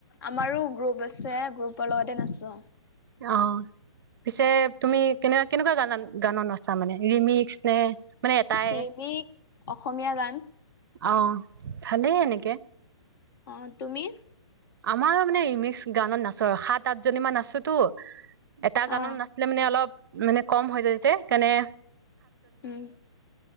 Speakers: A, on the left; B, on the right.
A: আমাৰো গ্ৰুপ আছে গ্ৰুপ গ্ৰুপৰ লগতে নাচো।
B: অ'। পিছে তুমি কেনে কেনেকুৱা গান গানত নচা মানে ৰিমিক্স নে মানে এটাই
A: ৰিমিক অসমীয়া গান।
B: অ, ভালেই এনেকে।
A: অ তুমি?
B: আমাৰ মানে ৰিমিক্স গানত নাচো আৰু সাত আঠজনী মান নাচোতো এটা গানত
A: অ
B: নাচে মানে অলপ মানে কম হৈ যায় যে কেণে
A: উম